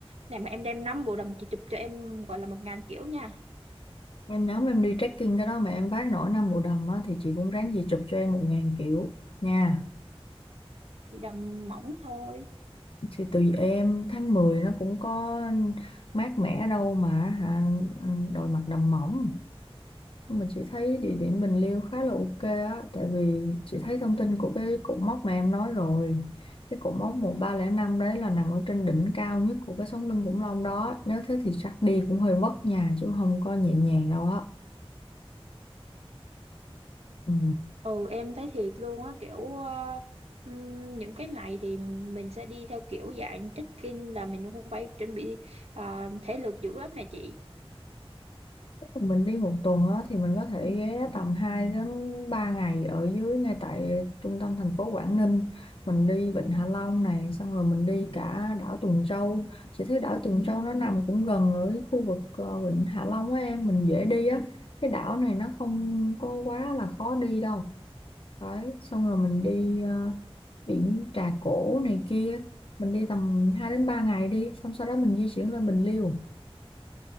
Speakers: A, on the right (about 90°); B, on the left (about 55°).
A: này mà em đem năm bộ đầm chị chụp cho em gọi là một ngàn kiểu nha
B: Em nhóm em đi trekking cái đó mà em vác nổi năm bộ đầm á, thì chị cũng ráng gì chụp cho em một ngàn kiểu nha.
A: thì đầm mỏng thôi
B: Thì tùy em, tháng 10 nó cũng có mát mẻ đâu mà hả, đội mặt đầm mỏng. Nhưng mà chị thấy địa điểm Bình Liêu khá là ok á tại vì chị thấy thông tin của cái cột mốc mà em nói rồi cái cột mốc 1305 đấy là nằm ở trên đỉnh cao nhất của cái sống lưng khủng long đó nếu thế thì chắc đi cũng hơi vất nhà chứ không có nhẹ nhàng đâu á ừ.
A: ừ em thấy thiệt luôn á kiểu ờ, ừm, những cái này thì mình sẽ đi theo kiểu dạng check-in là mình không phải chuẩn bị ờ, thể lực dữ lắm này chị
B: mình đi một tuần á, thì mình có thể ghé tầm hai đến ba ngày ở dưới ngay tại trung tâm thành phố Quảng Ninh mình đi Vịnh Hạ Long này xong rồi mình đi cả đảo Tuần Châu chị thấy đảo Tuần Châu nó nằm cũng gần ở cái khu vực ờ, Vịnh Hạ Long á em mình dễ đi á cái đảo này nó không có quá là khó đi đâu đấy xong rồi mình đi ờ, biển Trà Cổ này kia mình đi tầm 2 đến 3 ngày đi xong sau đó mình di chuyển lên Bình Liêu